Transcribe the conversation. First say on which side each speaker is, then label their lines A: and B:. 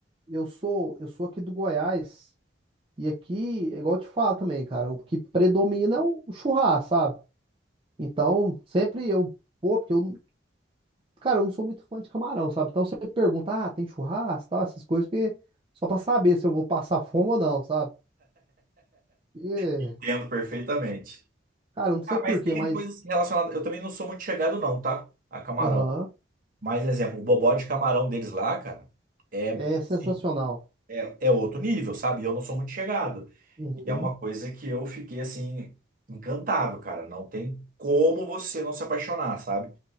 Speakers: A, on the right (about 30°); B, on the right (about 45°).
A: eu sou, eu sou aqui do Goiás. E aqui, é igual eu te falo também, cara, o que predomina é o o churrasco, sabe? Então, sempre eu vou, porque eu, cara, eu não sou muito fã de camarão, sabe? Então, você pergunta, ah, tem churrasco, tá? Essas coisas, porque só pra saber se eu vou passar fome ou não, sabe? E,
B: Entendo perfeitamente.
A: cara, eu não sei
B: Ah,
A: por
B: mas
A: quê,
B: tem
A: mas,
B: coisas relacionadas. Eu também não sou muito chegado, não, tá? A camarão.
A: aham,
B: Mas, exemplo, o bobó de camarão deles lá, cara, é,
A: é sensacional.
B: assim, é, é outro nível, sabe? Eu não sou muito chegado.
A: Uhum.
B: E é uma coisa que eu fiquei, assim, encantado, cara. Não tem como você não se apaixonar, sabe?